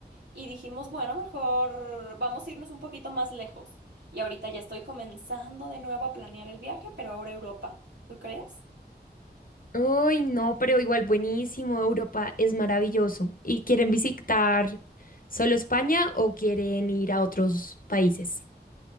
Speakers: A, on the right (about 80°); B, on the left (about 50°).
A: y dijimos, bueno, mejor vamos a irnos un poquito más lejos. Y ahorita ya estoy comenzando de nuevo a planear el viaje, pero ahora a Europa. ¿Tú crees?
B: Ay, no, pero igual buenísimo, Europa es maravilloso. ¿Y quieren visitar solo España o quieren ir a otros países?